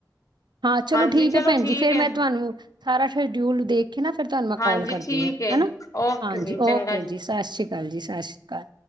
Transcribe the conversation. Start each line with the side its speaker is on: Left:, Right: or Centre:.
Right: ਹਾਂ ਚਲੋ
Left: ਹਾਂਜੀ
Right: ਠੀਕ ਹੈ ਭੈਣ
Left: ਠੀਕ
Right: ਜੀ, ਫੇਰ
Left: ਹੈ
Right: ਮੈਂ ਤੁਹਾਨੂੰ ਸਾਰਾ <unintelligible> ਡਯੁਲ ਕੇ ਨਾ ਫਿਰ ਤੁਹਾਨੂੰ ਮੈਂ
Left: ਹਾਂਜੀ
Right: ਕੋਲ ਕਰਦੀ
Left: ਠੀਕ
Right: ਹਾਂ ਹੈ ਨਾ,
Left: ਓਕੇ
Right: ਹਾਂਜੀ
Left: ਜੀ ਚੰਗਾ
Right: ਓਕੇ ਜੀ, ਸਤਿ ਸ਼੍ਰੀ ਅਕਾਲ ਜੀ, ਸਤਿ ਸ਼੍ਰੀ ਅਕਾਲ।